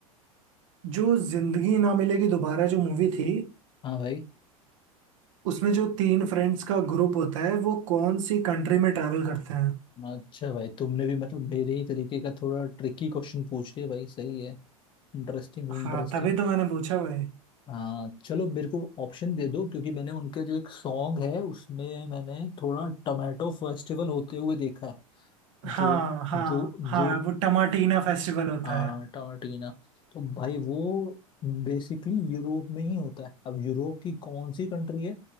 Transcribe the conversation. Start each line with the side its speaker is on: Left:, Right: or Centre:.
Right: जो जिंदगी ना मिलेगी दोबारा जो मूवी थी
Left: हाँ भाई
Right: उसमें जो तीन फ्रेंड्स का ग्रुप होता है वो कौन सी कंट्री में ट्रैवल करते हैं
Left: अच्छा भाई तुमने भी मतलब मेरे ही तरीके का थोड़ा ट्रिकी क्वेश्चन पूछ लिया भाई सही है इंटरेस्टिंग भाई,
Right: हाँ
Left: इंटरेस्टिंग
Right: तभी तो मैंने पूछा भाई
Left: हाँ चलो मेरे को ऑप्शन दे दो क्योंकि मैंने उनके जो एक सॉन्ग है उसमें मैंने थोड़ा टमाटो फेस्टिवल होते हुए देखा जो
Right: हाँ हाँ
Left: जो
Right: हाँ
Left: जो
Right: वो टमाटीना फेस्टिवल होता
Left: हाँ
Right: है
Left: टमाटीना तो भाई वो बेसिकली यूरोप में ही होता है अब यूरोप की कौन सी कंट्री है